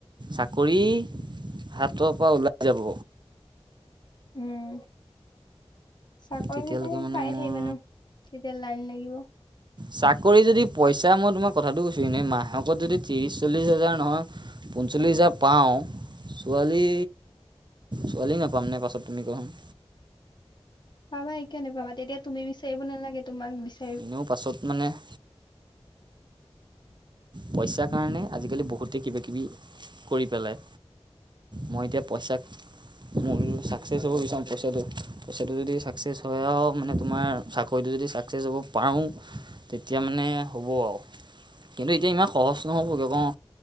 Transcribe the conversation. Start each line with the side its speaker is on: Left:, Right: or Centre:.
Right: চাকৰি হাতৰ পৰা ওলাই যাব।
Left: উম' চাকৰি
Right: তেতিয়ালৈকে
Left: হদায়
Right: মানে
Left: পায়ে
Right: মোৰ
Left: থাকিবা ন। তেতিয়া লাইন লাগিব।
Right: চাকৰি যদি পইচা মই তোমাক কথাটো কৈছো এনে মাহেকত যদি ত্ৰিশ চল্লিশ হাজাৰ নহয়- পঞ্চল্লিছ হাজাৰ পাওঁ- ছোৱালী ছোৱালী নাপাম নে পাছত তুমি কোৱাছোন।
Left: পাবা একে কিয় নেপাবা তেতিয়া তুমি বিচাৰিব নালাগে তোমাক দিছ-
Right: এনেও পাছত মানে- পইচাৰ কাৰণে আজিকালি বহুতে কিবা কিবি কৰি পেলাই মই এতিয়া- পইচাক মোয়ো চাক। চাকচেছ হ'ব বিচাৰোঁ পইচাটো পইচাটো যদি চাকচেছ হয় আও মানে তোমাৰ চাকৰিটো যদি চাক- চেজ হ'ব পাৰোঁ তেতিয়া মানে হ'ব আও। এতিয়া ইমান সহজ নহ'বগে অঁ